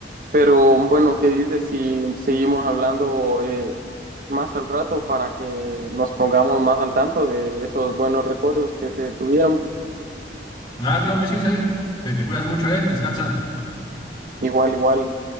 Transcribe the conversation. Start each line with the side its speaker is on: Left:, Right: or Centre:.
Right: Pero bueno, ¿qué dices si seguimos hablando eh, más al rato para que nos pongamos más al tanto de esos buenos recuerdos que se tuvieron?
Left: Ah, claro que sí, Zay. Te, te cuidas mucho, ¿eh? Descansa.
Right: Igual, igual.